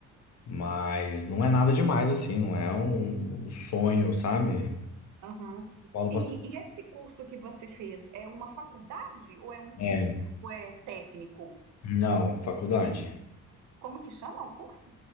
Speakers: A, on the left; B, on the right.
A: Mas não é nada demais, assim, não é um sonho, sabe?
B: Aham.
A: Falo
B: E,
A: pras pessoas.
B: e esse curso que você fez é uma faculdade ou é um
A: É,
B: é, ou é técnico?
A: não, faculdade.
B: Como que chama o curso?